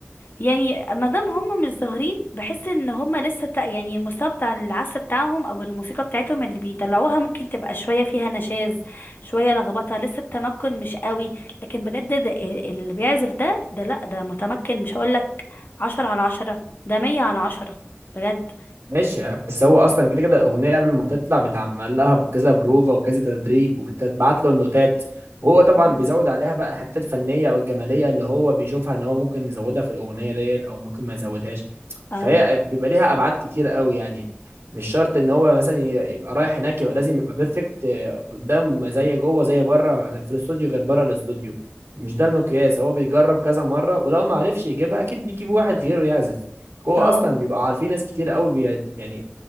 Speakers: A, on the left (about 50°); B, on the right (about 70°).
A: يعني ما دام هم مش ظاهرين بحس ان هم لسه تا- يعني المستوى بتاع العزف بتاعهم او الموسيقى بتاعتهم اللي بيطلعوها ممكن تبقى شوية فيها نشاز شوية لخبطة لسه التمكن مش قوي لكن بجد ده اللي بيعزف ده ده لا ده متمكن مش هقولك عشرة على عشرة ده مية على عشرة بجد
B: ماشي بس هو اصلا كده كده الاغنيه قبل ما تطلع بتعمل لها بكذا بروفا وكذا تدريب وبتتبعت له النوتات وهو طبعا
A: مم.
B: بيزود عليها بقى الحته الفنيه او الجماليه اللي هو بيشوفها ان هو ممكن يزودها في الاغنيه ديت او ممكن ما يزودهاش
A: اه
B: فهي بيبقى ليها ابعاد كتير قوي يعني مش شرط ان هو مثلا ي- يبقى رايح هناك يبقى لازم يبقى بيرفكت قدام زي جوه زي بره زي في الاستوديو غير بره الاستوديو مش ده المقياس هو بيجرب كذا مره ولو ما عرفش يجيبها اكيد بيجيب واحد غيره يعزف هو
A: اه
B: اصلا بيبقى عارفين ناس كتير قوي بي يعني